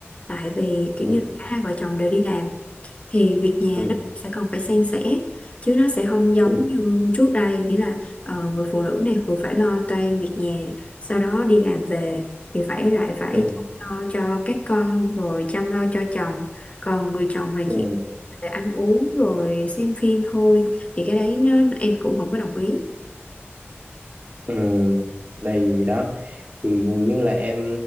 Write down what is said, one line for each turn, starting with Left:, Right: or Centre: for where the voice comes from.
Left: tại vì kiểu
Right: Ừ.
Left: như cả hai vợ chồng đều đi làm thì việc nhà
Right: Ừ.
Left: nó sẽ còn phải san sẻ chứ nó sẽ không giống
Right: Ừ.
Left: như trước đây nghĩa là ờ, người phụ nữ này vừa phải lo toan việc nhà sau đó đi làm về thì phải lại phải
Right: Ừ.
Left: lo cho các con rồi chăm lo cho chồng còn người chồng là
Right: Ừ.
Left: chỉ về ăn uống rồi xem phim thôi thì cái đấy nó, em cũng không có đồng ý
Right: Ừ, đây đó thì nhìn như là em